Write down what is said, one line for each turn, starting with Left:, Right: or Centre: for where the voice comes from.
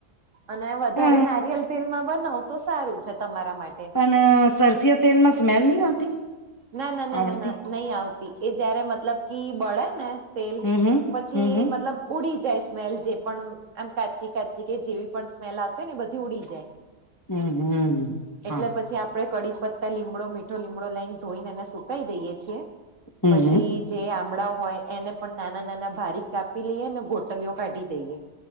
Right: અને વધારે
Left: અ
Right: નારિયેલ તેલ માં બનાવ તો સારું છે તમારા માટે
Left: પણ સરસિયા તેલ માં સ્મેલ નહી આવતી
Right: ના ના ના
Left: આવડતી
Right: ના ના નહી આવતી એ જયારે મતલબ કે બળે ને તેલ
Left: હમ હમ
Right: પછી
Left: હમ
Right: મતલબ ઉડી જાય સ્મેલ જે પણ આમ કાચી કાચી કે જેવી પણ સ્મેલ આવતી હો ને એ બધી ઉડી જાય
Left: હમ હમ હમ
Right: એટલે
Left: હા
Right: પછી આપડે કડી પત્તા લીમડો મીઠો લીમડો લઈને ધોઈને એને સુકાઈ દઈએ છીએ
Left: હમ
Right: પછી
Left: હમ
Right: જે આંમળા હોય એને પણ નાના નાના બારીક કાપી લઈએ અને ગોટલીઓ કાઢી દઈએ